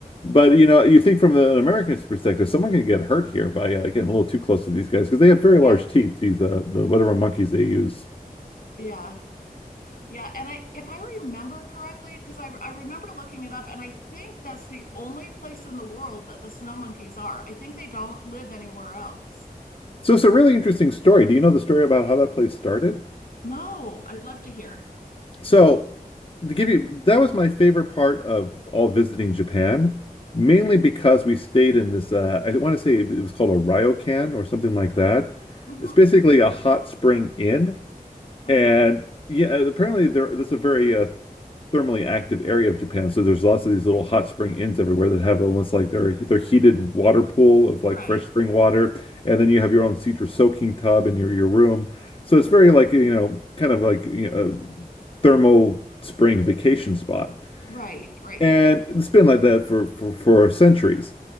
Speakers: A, on the left (about 35°); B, on the left (about 70°).
A: But you know, you think from the, an American's perspective, someone can get hurt here by uh, getting a little too close to these guys because they have very large
B: Yeah.
A: teeth. These uh, the whatever monkeys they use.
B: Yeah. Yeah, and I if I remember correctly, because I I remember looking it up, and I think that's the only place in the world that the snow monkeys are. I think they don't live anywhere else.
A: So it's a really interesting story. Do you know the story about how that place started?
B: No, I'd love to hear.
A: So, to give you, that was my favorite part of all visiting Japan, mainly because we stayed in this, uh, I want to say it was called a ryokan or something like that.
B: Mm-hmm.
A: It's basically a hot spring inn
B: Mm-hmm.
A: and yeah, apparently there that's a very uh, thermally active area of Japan. So there's lots of these little hot spring inns everywhere that have almost like their their heated water pool of like
B: Right.
A: fresh spring water, and then you have your own secret soaking tub in your your room. So it's very like you know kind of like you know, a thermal spring vacation spot.
B: Right, right,
A: And
B: right.
A: it's been like that for, for, for centuries.